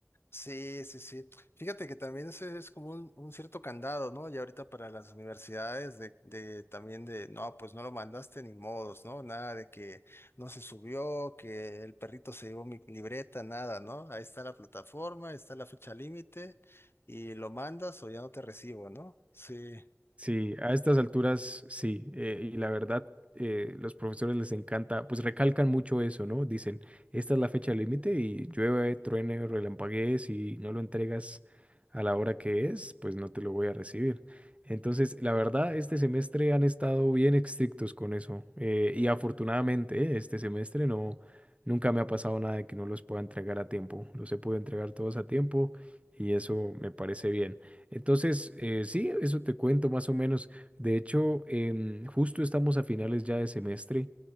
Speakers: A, on the left; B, on the right.
A: Sí, sí, sí. Fíjate que también ese es como un, un cierto candado, ¿no? Y ahorita para las universidades de, de también de, no, pues no lo mandaste ni modos, ¿no? Nada de que no se subió, que el perrito se llevó mi libreta, nada, ¿no? Ahí está la plataforma, está la fecha límite y lo mandas o ya no te recibo, ¿no? Sí.
B: Sí, a estas alturas sí, eh, y la verdad, eh, los profesores les encanta, pues recalcan mucho eso, ¿no? Dicen, esta es la fecha límite y llueve, truene, relampaguees y no lo entregas a la hora que es, pues no te lo voy a recibir. Entonces, la verdad, este semestre han estado bien estrictos con eso, eh, y afortunadamente, eh, este semestre no, nunca me ha pasado nada de que no los pueda entregar a tiempo, los he podido entregar todos a tiempo y eso me parece bien. Entonces, eh, sí, eso te cuento más o menos. De hecho, em, justo estamos a finales ya de semestre